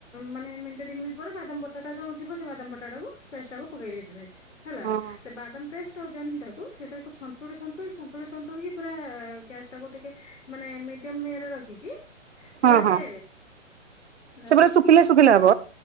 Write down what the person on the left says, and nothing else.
ମାନେ ମିନିଟ ଦି ମିନିଟ ପରେ ବାଦାମ ପଟା ଯୋଉ ଥିବ ସେ ବାଦ ପଟାକୁ ପେଷ୍ଟ୍ ତାକୁ ପକେଇ ଦେଇଥିବେ ହେଲା
ସେ ବାଦାମ ପେଷ୍ଟ୍ ଟାକୁ ସେଟା ସନ୍ତୁଳି ସନ୍ତୁଳି ସନ୍ତୁଳି ସନ୍ତୁଳି ପୁରା ଗ୍ୟାସ୍ ଟାକୁ ଟିକେ ମାନେ ମିଡିୟମ୍ ଇଏ ରେ ରଖିକି
ପୁରା
ସେ ନଷ୍ଟ
ଲଙ୍କା